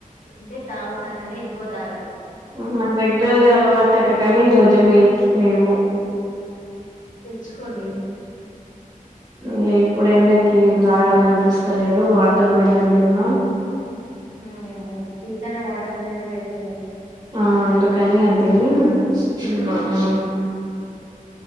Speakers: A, on the left; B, on the right.
A: అంటే తాగుతా కానీ ఎక్కువ తాగా
B: ఉహు నాకు రెగ్యులర్ గా అలవాటు కానీ ఈ రోజు మిల్క్ లేవు
A: తెచ్చుకోండి
B: ఇ ఇప్పుడు ఎండకి ఏం తాగాలనిపిస్తలేదు వాటర్ మిల్లన్ తిన్నా
A: ఉమ్ టి కన్న వాటర్ మిలన్ ఏ బెటర్ కదా
B: ఆ అందుకని అది
A: ఉమ్
B: తిని ఉన్న ఉ